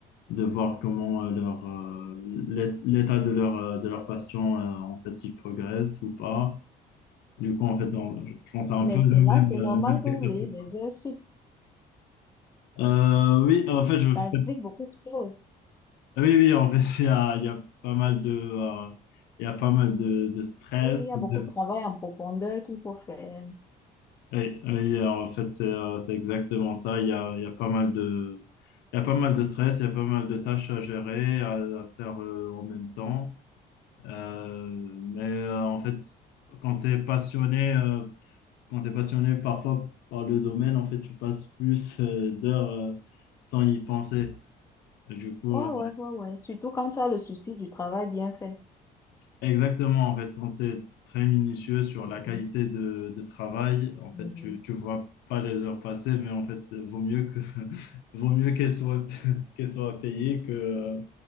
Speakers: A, on the left (about 80°); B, on the left (about 15°).
A: de voir comment euh, leur, euh, l'é- l'état de leur, euh, de leur patient, euh, en fait, il progresse ou pas. Du coup, en fait, on- je je pense à un
B: Mais
A: peu le
B: c'est là,
A: même,
B: c'est
A: le
B: normal
A: même secteur
B: que vous ayez
A: que toi.
B: des heures sup.
A: Euh, oui, en fait, je fais...
B: Ça explique beaucoup de choses.
A: Oui, oui, en fait, <laughs> il y a, il y a pas mal de... euh, il y a pas mal de, de stress,
B: Oui, il y a
A: de
B: beaucoup de travail en profondeur qu'il faut faire.
A: Oui, oui, en fait, c'est euh, c'est exactement ça. Il y a, il y a pas mal de, il y a pas mal de stress, il y a pas mal de tâches à gérer, à, à faire euh, en même temps. Euh, mais euh, en fait, quand tu es passionné, euh, quand tu passionné parfois par le domaine, en fait, tu passes plus euh, d'heures euh, sans y penser. Du coup,
B: Ouais, ouais, ouais, ouais. Surtout quand tu as le souci du travail bien fait.
A: Exactement, en fait, quand tu es très minutieux sur
B: Mhm,
A: la qualité de, de travail, en fait,
B: mhm.
A: tu ne vois pas les heures passer, mais en fait, c'est- vaut mieux que <laughs> vaut mieux qu'elles soient <laughs> qu'elles soient payées que euh,